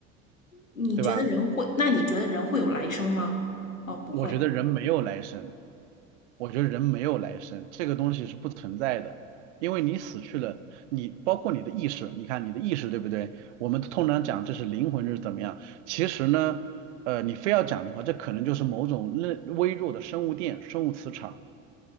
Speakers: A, on the left; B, on the right.
A: 你觉得人会，
B: 对吧？
A: 那你觉得人会有来生吗？哦，不会。
B: 我觉得人没有来生，我觉得人没有来生，这个东西是不存在的，因为你死去了，你包括你的意识，你看你的意识对不对？我们通常讲这是灵魂，这是怎么样？其实呢，呃，你非要讲的话，这可能就是某种微微弱的生物电、生物磁场。